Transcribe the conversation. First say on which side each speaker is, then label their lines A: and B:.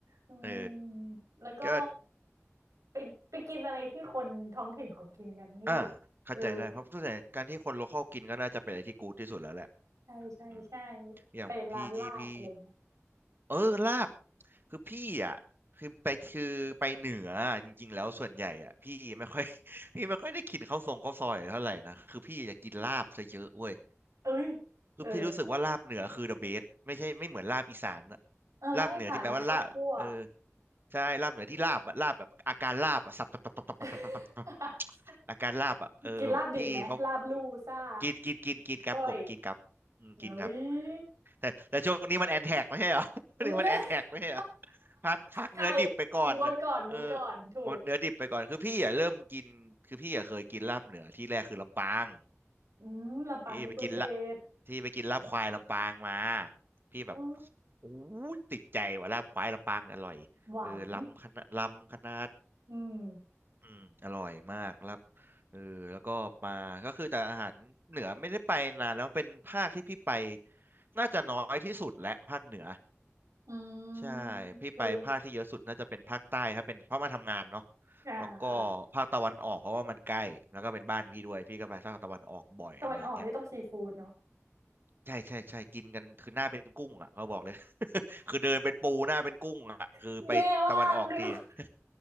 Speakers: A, on the right; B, on the right.
A: อืม
B: เออ
A: แล้วก็
B: ก็
A: ไปไปกินอะไรที่คนท้องถิ่นเขากินกันพี่
B: อ่าเข้าใจได้เพราะส่วนใหญ่การที่คนโลคอลกินก็น่าจะเป็นอะไรที่กูดที่สุดแล้วแหละ
A: เออใช่ใช่ใช่
B: อืมอย่างพี่พี่
A: ไปร้านลาบอะไรเงี้ย
B: เออลาบคือพี่อ่ะคือไปคือไปเหนืออะจริงๆแล้วส่วนใหญ่อ่ะพี่ไม่ค่อย <laughs> พี่ไม่ค่อยได้กินข้าวทรงข้าวซอยเท่าไหร่นะคือพี่จะกินลาบซะเยอะเว้ย
A: เอ้ย
B: คือพี่รู้สึกว่าลาบเหนือคือ
A: เออ
B: the best ไม่ใช่ไม่เหมือนลาบอีสานอะ
A: เออลาบอีสานมันข้าวคั่ว
B: ลาบเหนือที่แปลว่าลาบเออใช่ลาบเหนือที่ลาบอะลาบแบบอาการลาบอะสับตับตับตับตับตับตับตับตับ
A: <laughs>
B: อาการลาบอะเออแบบพี่เขา
A: กินลาบดิบไหมลาบลู่ซ่า
B: กินกินกินกินครับผมกินครับอืมกินครับ
A: ก้อย เฮ้ย <laughs>
B: แต่แต่ช่วงนี้มันแอนแท็กไม่ใช่เหรอ <laughs> ช่วงนี้มันแอนแท็กไม่ใช่เหรอ
A: อืม <laughs>
B: พักพักเนื้อดิบไปก่อน
A: ใช่งดก่อนงดก่อน
B: เออ
A: ถูก
B: หมดเนื้อดิบไปก่อนคือพี่อ่ะเริ่มกินคือพี่อ่ะเคยกินลาบเหนือที่แรกคือลำปาง
A: อืมลำปางนี่ก็เด็ด
B: พี่ไปกินละที่ไปกินลาบควายลำปางมาพี่แบบ
A: อ๋อ
B: โอ้ยติดใจว่าลาบควายลำปางอร่อยเออลำคณะลำคณะ
A: หวานอืม
B: อืมอร่อยมากลาบเออแล้วก็มาก็คือแต่อาหารเหนือไม่ได้ไปนานแล้วเป็นภาคที่พี่ไปน่าจะน้อยที่สุดและภาคเหนือ
A: อืม
B: ใช่พี่ไปภาคที่เยอะสุดน่าจะเป็นภาคใต้ถ้าเป็นเพราะมาทำงานเนาะ
A: คืออ่าค่ะ
B: แล้วก็ภาคตะวันออกเพราะว่ามันใกล้แล้วก็เป็นบ้านพี่ด้วยพี่ก็ไปภาคตะวันออกบ่อยอะไรอย่างเงี้ย
A: ตะวันออกนี่ต้องซีฟู้ดเนาะ
B: ใช่ใช่ใช่กินกันคือหน้าเป็นกุ้งอ่ะเขาบอกเลย <laughs> คือเดินเป็นปูหน้าเป็นกุ้งอ่ะคือไปตะวันออกที
A: <laughs> แย่ว่ากนึก
B: <laughs>